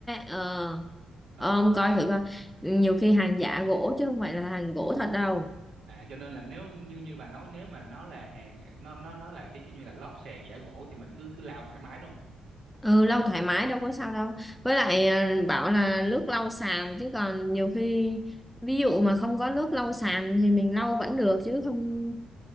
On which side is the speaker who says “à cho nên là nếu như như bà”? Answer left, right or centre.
Right